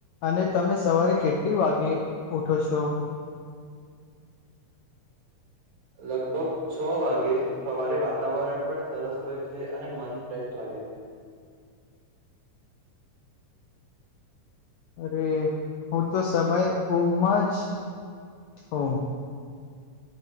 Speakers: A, on the left (about 80°); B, on the right (about 60°).
A: અને તમે સવારે કેટલી વાગે ઉઠો છો‌.
B: લગભગ છ વાગે સવારે વાતાવરણ પણ સરસ હોય છે, અને મન ફ્રેશ લાગે છે.
A: અરે હું તો સમય ઊઘમાં જ છુ.